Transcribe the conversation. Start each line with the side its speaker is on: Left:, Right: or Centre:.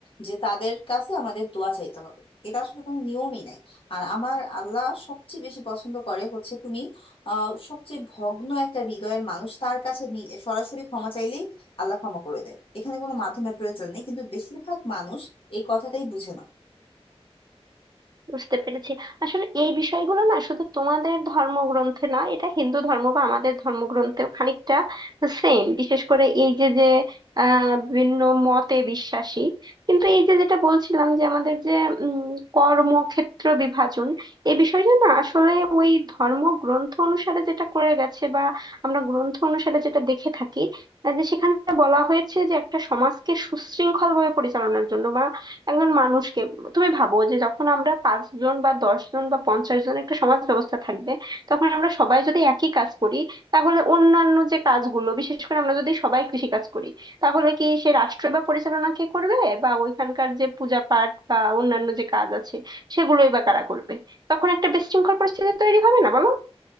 Left: যে তাদের কাছে আমাদের দোয়া চাইতে হবে এটা আসলে কোনো নিয়মই নাই আর আমার আল্লাহ সবচেয়ে বেশি পছন্দ করে হচ্ছে তুমি আহ সবচেয়ে ভগ্ন একটা হৃদয়ের মানুষ তার কাছে নি- সরাসরি ক্ষমা চাইলেই আল্লাহ ক্ষমা করে দেয় এখানে কোনো মাধ্যমের প্রয়োজন নেই কিন্তু বেশিরভাগ মানুষ এই কথাটাই বুঝে না
Right: বুঝতে পেরেছি আসলে এই বিষয়গুলো না শুধু তোমাদের ধর্মগ্রন্থে না এটা হিন্দু ধর্ম বা আমাদের ধর্মগ্রন্থেও খানিকটা সেম বিশেষ করে এই যে যে আহ বিভিন্ন মতে বিশ্বাসী কিন্তু এই যে যেটা বলছিলাম যে আমাদের যে উম, কর্মক্ষেত্র বিভাজন এই বিষয়টা না আসলে ওই ধর্মগ্রন্থ অনুসারে যেটা করে গেছে বা আমরা গ্রন্থ অনুসারে যেটা দেখে থাকি আহ, যে সেখানে বলা হয়েছে যে একটা সমাজকে সুশৃঙ্খল ভাবে পরিচালনার জন্য বা একজন মানুষকে তুমি ভাবো যে যখন আমরা পাঁচ জন বা দশ জন বা পঞ্চাশ জন একটা সমাজ ব্যবস্থা থাকবে তখন আমরা সবাই যদি একই কাজ করি তাহলে অন্যান্য যে কাজগুলো বিশেষ করে আমরা যদি সবাই কৃষি কাজ করি তাহলে কি সে রাষ্ট্র বা পরিচালনা কে করবে বা ওইখানকার যে পূজা পাঠ বা অন্যান্য যে কাজ আছে সেগুলোই বা কারা করবে তখন একটা বিশৃঙ্খল পরিস্থিতি তৈরি হবে না বলো